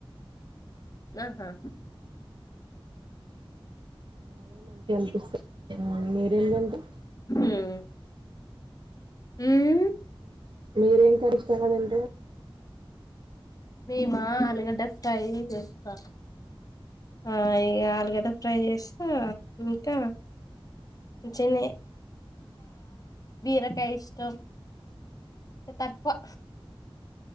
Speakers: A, on the left (about 40°); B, on the right (about 60°).
A: ఆహా
B: అవే మంచిగా అనిపిస్తాది మీరేం తింటాం
A: ఉమ్ ఉమ్
B: మీరేం కర్రి ఇష్టంగా తింటే
A: మేమా అలుగడ్డ ఫ్రై చేస్తా. ఆ ఈ అల్గడ్డ ఫ్రై చేస్తా ఇంకా చిన బీరకాయ ఇష్టం తక్కువ